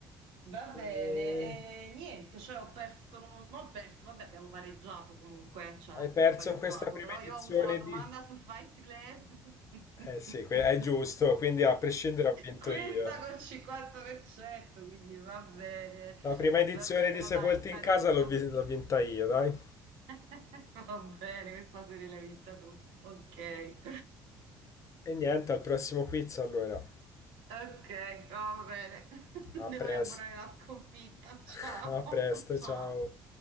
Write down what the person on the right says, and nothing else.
Va
bene, eh, niente, cioè ho perso, non non ho perso, vabbè abbiamo pareggiato comunque, cioè
abbiamo
pareggiato,
però
io ho avuto la domanda
sul Fight Club.
<laughs>
Questa
col 50%, quindi va bene,
vabbè, però
dai, il pareggio.
<laughs> Va bene, questa serie l'hai vinta tu. Ok,
ok, va bene. <laughs>
Devo
elaborare la sconfitta. Ciao,
<laughs> ciao.